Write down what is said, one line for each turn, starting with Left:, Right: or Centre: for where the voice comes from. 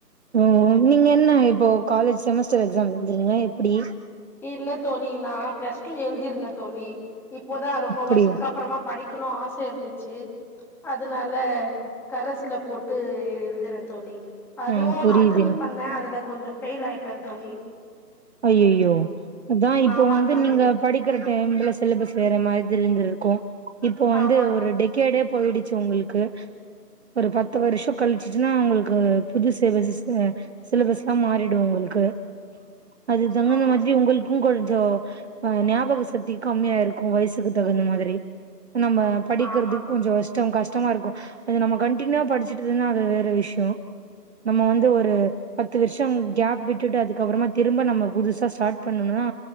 Right: ம் நீங்க என்ன இப்போ காலேஜ் செமஸ்டர் எக்ஸாம் எழுதிருங்ளா எப்டி
Centre: இல்ல தோழி நா ப்ளஸ் டூ எழுதிர்ந்த தோழி இப்போதா ரொம்ப
Right: அப்டியா
Centre: வருஷத்துக்கப்றமா படிக்கணு ஆச இருந்துச் சி அதுனால கரஸ்ல போட்டு எழுதுறே தோழி அதுவு
Right: ஆ புரியுது
Centre: நா அட்டென் பண்ணே அதுல கொஞ்சோ ஃபெயில் ஆயிட்டே தோழி
Right: அய்யயோ அதா இப்போ
Centre: ஆமா
Right: வந்து
Centre: தோழி
Right: நீங்க படிக்கிற டைம்ல சிலபஸ் வேற மாத் திரி இந்திருக்கூ இப்போ வந்து
Centre: ஆமா
Right: ஒரு
Centre: தோழி
Right: டெகேடே போயிடுச்சு உங்குளுக்கு ஒரு பத்து வருஷோ கழிச்சிச்சுனா உங்குள்கு புது சேபஸஸு அ சிலபஸ்லா மாறிடு உங்கள்க்கு அது தங்கன
Centre: ஆமா
Right: மாதிரி உங்களுக்கூ கொஞ் சோ ஆ ஞாபக சக்தி கம்மியாய்ருக்கூ வயசுக்கு தகுந்த மாதிரி நம்ம படிக்கிறதுக்
Centre: ஆமா
Right: கொஞ்சோ ஷ் டோ கஷ்டமாருக்கூ அது நம்ம கண்டினியூவா படிச்சுட்டருந்தா அது வேற விஷோ நம்ம வந்து ஒரு பத்து வருஷம் கேப் விட்டுட்டு அதுக்கப்புறமா திரும்ப நம்ம புதுசா ஸ்டார்ட் பண்ணணும்னா